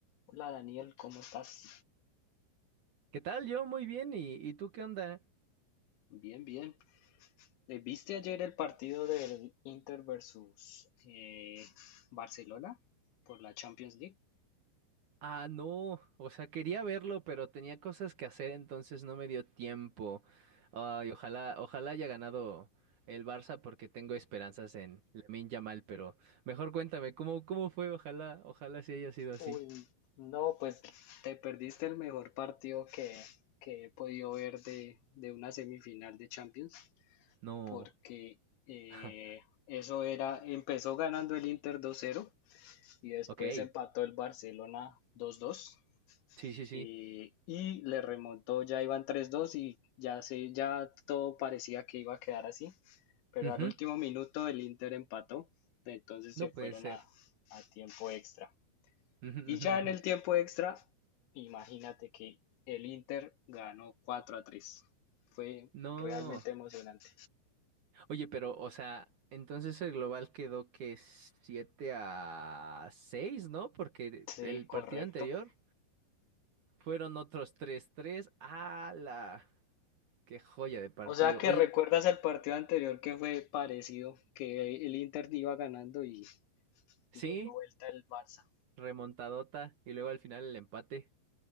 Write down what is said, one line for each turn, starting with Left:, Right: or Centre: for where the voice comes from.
Left: Hola Daniel, ¿cómo estás?
Right: ¿Qué tal? Yo muy bien. ¿Y, y tú qué onda?
Left: Bien, bien. Eh, ¿Viste ayer el partido del Inter versus eh, Barcelona por la Champions League?
Right: Ah, no. O sea, quería verlo, pero tenía cosas que hacer, entonces no me dio tiempo. Ay, ojalá, ojalá haya ganado el Barça porque tengo esperanzas en Lamine Yamal, pero mejor cuéntame, ¿cómo, cómo fue? Ojalá, ojalá sí haya sido así.
Left: Uy, no, pues Te perdiste el mejor partido que, que he podido ver de, de una semifinal de Champions,
Right: No.
Left: porque eh,
Right: <laughs>
Left: eso era, empezó ganando el Inter 2-0 y después
Right: Ok.
Left: empató el Barcelona 2-2
Right: Sí, sí, sí.
Left: eh, y le remontó, ya iban tres dos y ya, se, ya todo parecía que iba a quedar así, pero
Right: Ujú.
Left: al último minuto el Inter empató, entonces
Right: No
Left: se fueron
Right: puede ser.
Left: a, a tiempo extra.
Right: <laughs> Ujú, ujú,
Left: Y ya en
Right: ujú.
Left: el tiempo extra, imagínate que el Inter ganó cuatro a tres Fue
Right: No.
Left: realmente emocionante.
Right: Oye, pero, o sea, entonces el global quedó que 7 a 6, ¿no? Porque
Left: Sí,
Right: el
Left: correcto.
Right: partido anterior fueron otros tres. 3 ¡Hala! ¡Qué joya de partido!
Left: O sea que
Right: Oye,
Left: recuerdas el partido anterior que fue parecido, que el Inter iba ganando y
Right: sí,
Left: lo dio vuelta el Barça.
Right: remontadota. Y luego al final el empate.